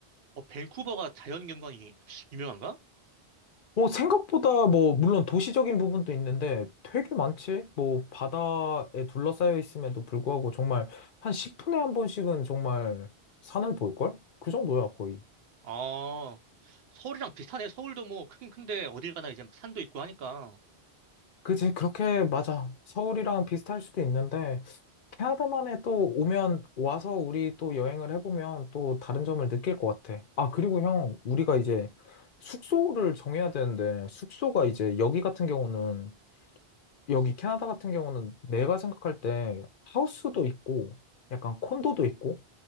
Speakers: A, on the right; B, on the left.
A: 어, 밴쿠버가 자연경관이 유명한가?
B: 어, 생각보다 뭐, 물론 도시적인 부분도 있는데 되게 많지? 뭐, 바다에 둘러싸여 있음에도 불구하고 정말 한 10분에 한 번씩은 정말 산을 볼걸? 그 정도야, 거의.
A: 아, 서울이랑 비슷하네. 서울도 뭐 크긴 큰데 어딜 가나 이제 산도 있고 하니까.
B: 그지? 그렇게, 맞아. 서울이랑 비슷할 수도 있는데, 캐나다만에 또 오면, 와서 우리 또 여행을 해보면 또 다른 점을 느낄 것 같아. 아, 그리고 형, 우리가 이제 숙소를 정해야 되는데, 숙소가 이제 여기 같은 경우는, 여기 캐나다 같은 경우는 내가 생각할 때 하우스도 있고, 약간 콘도도 있고,